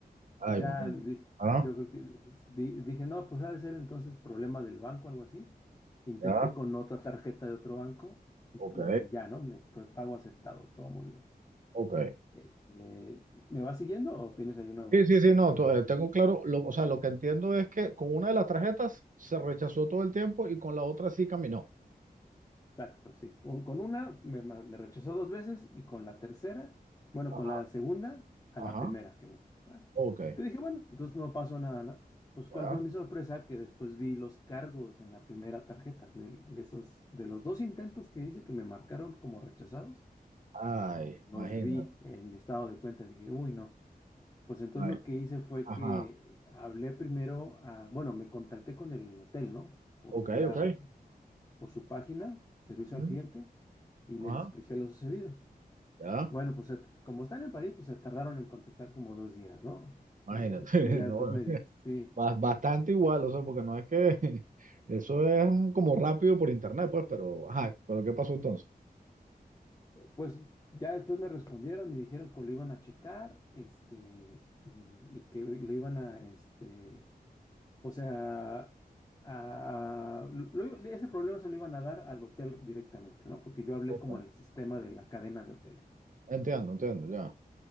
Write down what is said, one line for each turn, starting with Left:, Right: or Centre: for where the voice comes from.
Right: Ay,
Left: Pues ya
Right: imagínate.
Left: dije,
Right: Ah,
Left: yo creo que di- dije, no, pues ha de ser entonces problema del banco, algo así. Intenté
Right: ya,
Left: con otra tarjeta de otro banco y,
Right: Ok,
Left: y ya, ¿no? Me fue pago aceptado, todo muy bien.
Right: ok.
Left: Eh, eh, ¿me vas siguiendo o tienes ahí una duda?
Right: Sí, sí, sí, no, to- eh, tengo claro, lo- o sea, lo que entiendo es que con una de las tarjetas se rechazó todo el tiempo y con la otra sí caminó.
Left: Exacto, sí. Un- con una me, ma- me rechazó dos veces y con la tercera, bueno,
Right: ajá,
Left: con la segunda, a
Right: ajá,
Left: la primera quedó. ¿va?
Right: Ok,
Left: Yo dije, bueno, entonces no pasó nada, ¿no? Pues
Right: ya.
Left: cuál fue mi sorpresa que después vi los cargos en la primera tarjeta de, de esos, de los dos intentos que hice que me marcaron como rechazados,
Right: Ay,
Left: los
Right: imagínate.
Left: vi en mi estado de cuenta. Dije, uy, no. Pues entonces
Right: ay,
Left: lo que hice fue
Right: Ajá,
Left: que hablé primero a, bueno, me contacté con el hotel, ¿no? Por
Right: ok,
Left: vía
Right: ok.
Left: por su página, servicio
Right: ujú,
Left: al cliente, y les
Right: Ajá,
Left: expliqué lo sucedido.
Right: ya,
Left: Bueno, pues se- como están en París, pues se tardaron en contestar como dos días, ¿no?
Right: imagínate.
Left: Eh,
Right: <laughs>
Left: y ya después
Right: No,
Left: me dije, sí,
Right: Ba- Bastante igual, o sea, porque no es que <laughs> eso es como rápido por internet, pues, pero, ajá, pero ¿qué pasó entonces?
Left: pues ya después me respondieron, me dijeron que lo iban a checar, este, y, y que lo iban a, este, o sea, a- a- lo- ese problema se lo iban a dar al hotel directamente, ¿no? Porque yo hablé
Right: Ok.
Left: como al sistema de la cadena de hoteles.
Right: Entiendo, entiendo, ya.